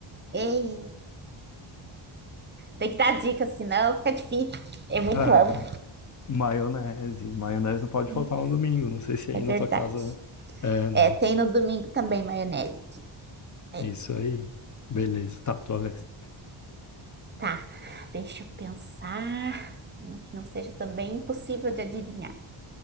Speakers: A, on the right; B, on the left.
A: Ei, tem que dar dica, senão fica difícil. É muito
B: é,
A: amplo.
B: maionese. Maionese não pode
A: né?
B: faltar no domingo. Não sei se aí
A: É verdade.
B: na tua casa é, né?
A: É, tem no domingo também maionese. É,
B: Isso aí. Beleza, tá, tua vez.
A: tá, deixa eu pensar. Uma que não seja também impossível de adivinhar.